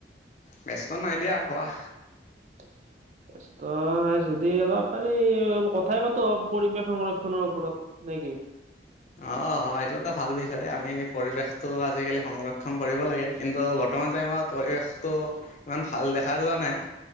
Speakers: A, on the left (about 40°); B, on the right (about 40°).
A: ব্যস্ত নাই দিয়া কোৱা
B: <unintelligible> ব্যস্ত নাই যদি অলপ পাৰি কথাই পাতো পৰিৱেশ সংৰক্ষনৰ ওপৰত নে কি
A: অ অ এইটো এটা ভাল বিষয় আমি পৰিৱেশটো আজিকালি সংৰক্ষণ কৰিব লাগে কিন্তু বৰ্তমান টাইমত পৰিৱেশটো ইমান ভাল দেখা যোৱা নাই